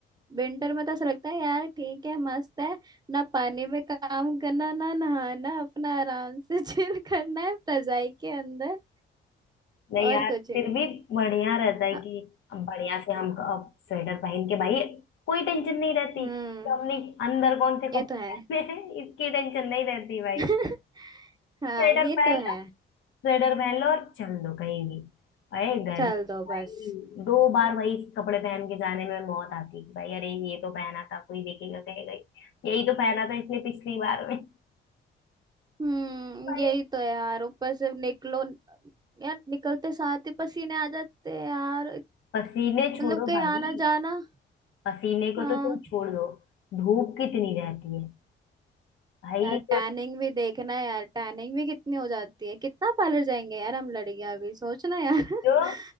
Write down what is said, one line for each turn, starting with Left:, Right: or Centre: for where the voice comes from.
Right: विंटर में तो ऐसा लगता है यार ठीक है मस्त है ना पानी में काम करना ना नहाना अपना आराम से <laughs> चिल करना है रजाई के अंदर
Left: नहीं
Right: और
Left: यार
Right: कुछ नहीं
Left: फिर भी बढ़िया रहता है
Right: हाँ।
Left: कि अब बढ़िया से हम अब स्वेटर पहन के भाई कोई टेंशन नहीं रहती
Right: हम्म
Left: कि हमने अंदर कौन से कपड़े
Right: ये तो है
Left: पहने हैं इसकी टेंशन नहीं रहती भाई
Right: <laughs> हाँ
Left: स्वेटर
Right: ये
Left: पहन
Right: तो है
Left: स्वेटर पहन लो और चल दो कहीं भी अरे गर्मी
Right: चल
Left: भाई
Right: दो बस
Left: दो बार वही कपड़े पहन के जाने में मौत आती है कि भाई अरे ये तो पहना था कोई देखेगा कहेगा यही तो पहना था इसने पिछली बार में
Right: हम्म
Left: भाई
Right: यही तो है यार ऊपर से निकलो यार निकलते साथ ही पसीने आ जाते हैं यार
Left: पसीने छोड़ो
Right: मतलब कहीं
Left: भाई
Right: आना जाना
Left: पसीने
Right: हाँ
Left: को तो तुम छोड़ दो धूप कितनी रहती है भाई
Right: यार टैनिंग
Left: जो
Right: भी देखना है यार टैनिंग भी कितनी हो जाती है कितना पार्लर जाएंगे यार हम लड़कियां अभी सोचना यार <laughs>
Left: जो